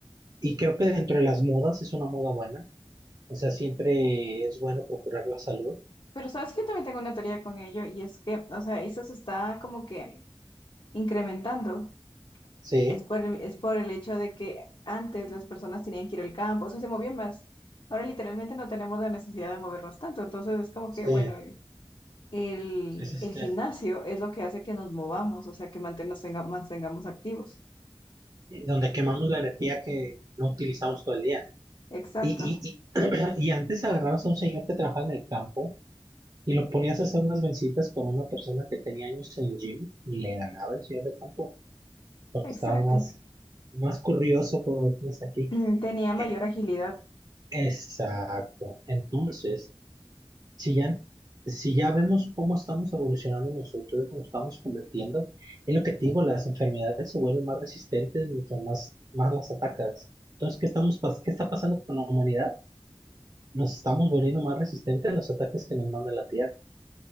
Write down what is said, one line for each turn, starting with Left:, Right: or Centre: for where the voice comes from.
Right: Y creo que dentro de las modas es una moda buena. O sea, siempre es bueno procurar la salud.
Left: Pero sabes que yo también tengo una teoría con ello y es que, o sea, eso se está como que incrementando.
Right: Sí,
Left: Es por el, es por el hecho de que antes las personas tenían que ir al campo, o sea, se movían más. Ahora literalmente no tenemos la necesidad de movernos tanto, entonces es como
Right: sí,
Left: que, bueno, el, el-
Right: es este,
Left: el gimnasio es lo que hace que nos movamos, o sea, que manten- nos tenga- mantengamos activos.
Right: donde quemamos la energía que no utilizamos todo el día.
Left: Exacto,
Right: Y, y, y, <clears throat> y antes agarrabas a un señor que trabajaba en el campo y lo ponías a hacer unas vencitas con una persona que tenía años en el gym y le ganaba el señor de campo porque
Left: exacto.
Right: estaba más
Left: <clears throat>
Right: más curioso, como decimos aquí.
Left: Mm, Tenía mayor
Right: E-
Left: agilidad.
Right: Exacto. Entonces, si ya, si ya vemos cómo estamos evolucionando nosotros, cómo estamos convirtiendo, es lo que te digo, las enfermedades se vuelven más resistentes mientras más, más las atacas. Entonces, ¿qué estamos, pas- qué está pasando con la humanidad? Nos estamos volviendo más resistentes a los ataques que nos manda la Tierra.